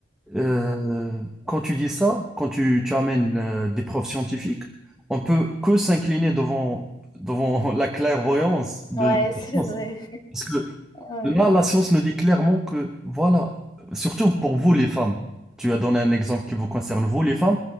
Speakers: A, in the centre; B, on the left.
A: euh, quand tu dis ça, quand tu, tu amènes euh, des preuves scientifiques, on peut que s'incliner devant, devant <laughs> la clairvoyance de,
B: ouais,
A: de
B: <laughs> c'est
A: la science.
B: vrai.
A: Parce que
B: Ouais.
A: là, la science nous dit clairement que, voilà, surtout pour vous les femmes, tu as donné un exemple qui vous concerne, vous les femmes,